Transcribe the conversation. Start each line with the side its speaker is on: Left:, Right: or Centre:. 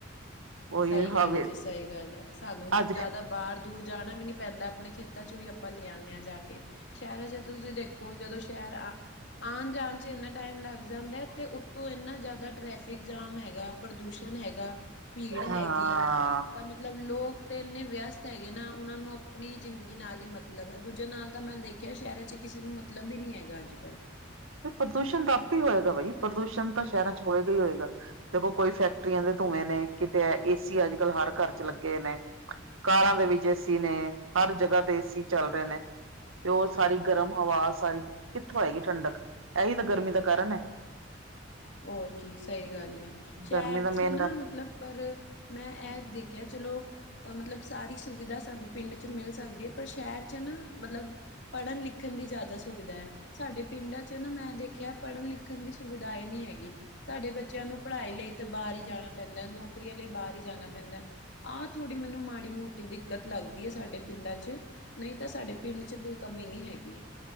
Right: ਉਹੀ
Left: ਸਹੀ ਗੱਲ
Right: ਹਵੇ
Left: ਹੈ ਜੀ, ਸਹੀ ਗੱਲ ਹੈ ਸਾਨੂੰ
Right: ਅੱਜ
Left: ਜ਼ਿਆਦਾ ਬਾਹਰ ਦੂਰ ਜਾਣਾ ਵੀ ਨੀ ਪੈਂਦਾ, ਆਪਣੇ ਖੇਤਾਂ ਚੋਂ ਵੀ ਆਪਾਂ ਲੈ ਆਉਂਦੇ ਹਾਂ ਜਾ ਕੇ, ਸ਼ਹਿਰਾਂ ਚ ਜਦੋਂ ਤੁਸੀਂ ਦੇਖੋ ਜਦੋਂ ਸ਼ਹਿਰ ਆ ਆਉਣ ਜਾਣ 'ਚ ਇੰਨਾ ਟਾਈਮ ਲੱਗ ਜਾਂਦਾ, ਅਤੇ ਉੱਤੋਂ ਇੰਨਾ ਜ਼ਿਆਦਾ ਟਰੈਫਿਕ ਜਾਮ ਹੈਗਾ। ਪ੍ਰਦੂਸ਼ਣ ਹੈਗਾ, ਭੀੜ ਕਰੇਗੀ,
Right: ਹਾਂ
Left: ਮਤਲਬ ਲੋਕ ਤੇ ਇੰਨੇ ਵਿਅਸਤ ਹੈਗੇ ਨਾ, ਉਹਨਾਂ ਨੂੰ ਆਪਣੀ ਜ਼ਿੰਦਗੀ ਨਾਲ ਹੀ ਮਤਲਬ ਹੈ, ਦੂਜੇ ਨਾਲ ਤਾਂ ਮੈਂ ਦੇਖਿਆ ਸ਼ਹਿਰਾਂ 'ਚ ਕਿਸੇ ਨੂੰ ਮ ਤਲਬ ਵੀ ਨਹੀਂ ਹੈਗਾ, ਅੱਜ -ਕੱਲ।
Right: ਤੇ ਪ੍ਰਦੂਸ਼ਣ ਤਾਂ ਆਪ ਹੀ ਹੋਏਗਾ ਬਾਈ, ਪ੍ਰਦੂਸ਼ਣ ਤਾਂ ਸ਼ਹਿਰਾਂ 'ਚ ਹੋਏਗਾ ਹੀ ਹੋਏਗਾ। ਦੇਖੋ ਕੋਈ ਫੈਕਟਰੀਆਂ ਦੇ ਧੂੰਏਂ ਨੇ, ਕਿਤੇ ਏਸੀ ਅੱਜ -ਕੱਲ ਹਰ ਘਰ 'ਚ ਲੱਗੇ ਨੇ। ਕਾਰਾਂ ਦੇ ਵਿੱਚ ਏ ਸੀ ਨੇ, ਹਰ ਜਗ੍ਹਾ ਤੇ ਏ ਸੀ ਚੱਲ ਰਹੇ ਨੇ। ਤੇ ਉਹ ਸਾਰੀ ਗਰਮ ਹਵਾ ਸਾਰੀ, ਕਿੱਥੋਂ ਆਏਗੀ ਠੰਡਕ ਇਹੀ ਤਾਂ ਗਰਮੀ ਦਾ ਕਾਰਨ ਐ।
Left: ਓਰ ਕੀ ਸਹੀ ਗੱਲ ਹੈ, ਸ਼ਹਿਰ
Right: ਗਰਮੀ ਦਾ
Left: 'ਚ
Right: ਮੇਨ
Left: ਨਾ
Right: ਕਾਰਨ
Left: ਮਤਲਬ ਪਰ, ਮੈਂ ਇਹ ਦੇਖਿਆ ਚਲੋ। ੳਹ ਮਤਲਬ ਸਾਰੀ ਸੁਵਿਧਾ ਸਾਨੂੰ ਪਿੰਡ 'ਚ ਮਿਲ ਸਕਦੀ ਐ, ਪਰ ਸ਼ਹਿਰ 'ਚ ਨਾ ਮਤਲਬ ਪੜਨ -ਲਿਖਣ ਦੀ ਜ਼ਿਆਦਾ ਸੁਵਿਧਾ ਐ। ਸਾਡੇ ਪਿੰਡਾਂ 'ਚ ਨਾ ਮੈਂ ਦੇਖਿਆ, ਪੜ੍ਹਨ ਲਿਖਣ ਦੀ ਸੁਵਿਧਾਇਆ ਨਹੀਂ ਹੈਗੀ। ਹੈਗੀ, ਸਾਡੇ ਬੱਚਿਆਂ ਨੂੰ ਪੜ੍ਹਾਈ ਲਈ ਤਾਂ ਬਾਹਰ ਹੀ ਜਾਣਾ ਪੈਂਦਾ, ਨੌਕਰੀਆਂ ਲਈ ਬਾਹਰ ਹੀ ਜਾਣਾ ਪੈਂਦਾ। ਆਹ ਥੋੜ੍ਹੀ ਮੈਨੂੰ ਮਾੜੀ -ਮੋਟੀ ਦਿੱਕਤ ਲੱਗਦੀ ਹੈ, ਸਾਡੇ ਪਿੰਡਾਂ 'ਚ। ਨਹੀਂ, ਤਾਂ ਸਾਡੇ ਪਿੰਡ 'ਚ ਕੋਈ ਕਮੀ ਨਹੀਂ ਹੈਗੀ ਹੈ।